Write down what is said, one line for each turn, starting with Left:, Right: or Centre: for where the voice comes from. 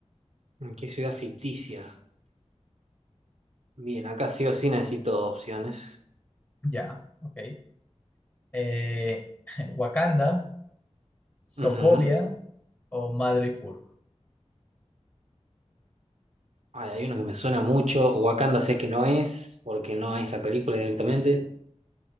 Right: ¿En qué ciudad ficticia? Bien, acá sí o sí necesito opciones.
Left: Ya, ok. Eh, <laughs> Wakanda,
Right: Ujú.
Left: Sokovia o Madripoor.
Right: Ay, hay una que me suena mucho. Wakanda sé que no es, porque no es la película directamente.